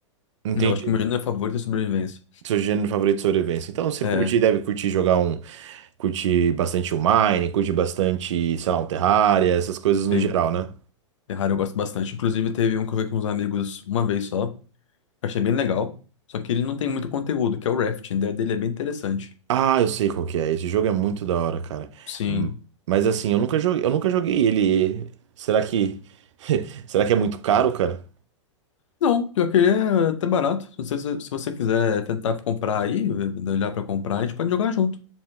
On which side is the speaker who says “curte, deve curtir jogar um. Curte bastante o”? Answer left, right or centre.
Right